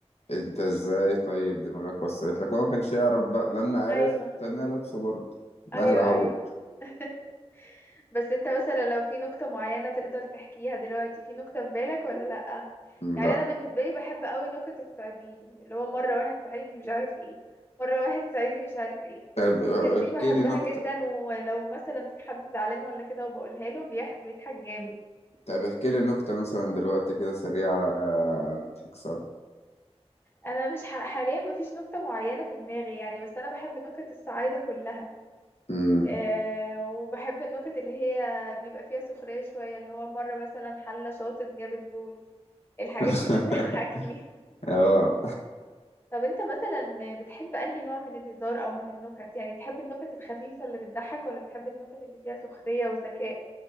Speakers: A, on the left; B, on the left.
A: انت ازاي طيب دماغك وصلت لك هو ما كانش يعرف بقى لما عرف
B: ايوه
A: تنى لابسه برضه
B: ايوه
A: مهلا اهو
B: ايوه <laughs> بس انت مثلا لو في نكتة معينة تقدر تحكيها دلوقتي في نكتة في بالك ولا لأ
A: لا
B: يعني انا بالنسبة لي بحب قوي نكت الصعيديين اللي هو مرة واحد صعيدي مش عارف ايه مرة واحد صعيدي مش عارف ايه
A: طب
B: النكت
A: اه،
B: دي
A: احكي
B: بحبها
A: لي نكتة
B: جدا ولو مثلا في حد زعلان ولا كده وبقولها له بيح... بيضحك جامد
A: طب احكي لي نكتة مثلا دلوقتي كده سريعة اه، نضحك سوا
B: انا مش ح- حاليا مفيش نكتة معينة في دماغي يعني بس انا بحب نكت الصعايدة كلها
A: امم.
B: أه وبحب النكت اللي هي بيبقى فيها سخرية شوية اللي هو مرة مثلا حلة شاطت جابت جول الحاجات
A: <laughs>
B: دي بتضحكني <laughs>
A: اه
B: طب انت مثلا بتحب انهي نوع من الهزار او من النكت يعني بتحب النكت الخفيفة اللي بتضحك ولا بتحب النكت اللي فيها سخرية وذكاء